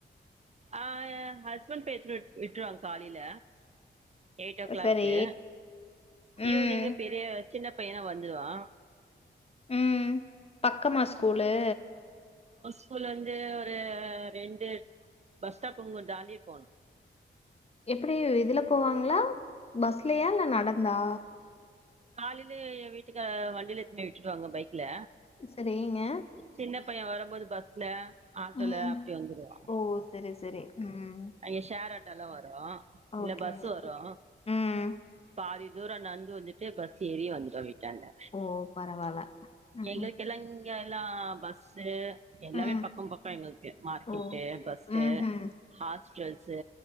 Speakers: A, on the right; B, on the left.
A: ஆ ஹஸ்பண்ட் <unintelligible> விட்டுருவாங் காலைல எயிட் ஓ கிளாக்கு
B: சரி ம்
A: ஈவ்னிங் பெரிய சின்ன பையனா வந்துடுவா
B: ம் பக்கமா ஸ்கூலு
A: ஸ்கூல் வந்து ஒரு ரெண்டு பஸ் ஸ்டாப் புங்க தாண்டி போனு
B: எப்புடி இதுல போவாங்களா பஸ்லயா இல்ல நடந்தா
A: காலையில என் வீட்டுக்கார் வண்டியில இட்ன்னு போய் விட்டுருவாங்க பைக்ல
B: சரி ங்க
A: சின்ன பையன் வரும்போது பஸ்ல ஆட்டோல
B: ம்
A: அப்டி வந்துருவா
B: ஓ சரி சரி ம்
A: அங்க ஷேர் ஆட்டோல்லா வரோ இல்ல
B: ஓகே
A: பஸ் வரோ
B: ம்
A: பாதி தூரோ நடந்து வந்துட்டு பஸ் ஏறி வந்துடுவா வீட்டான்ட
B: ஓ பரவால்ல ம்
A: எங்களுக்கு
B: ம்
A: எல்லா இங்க எல்லா பஸ்சு எல்லாமே
B: ம்
A: பக்கோ பக்கோ எங்களுக்கு மார்க்கெட்டு
B: ஓ
A: பஸ்சு
B: ம்ஹூம்
A: ஹாஸ்பிடல்சு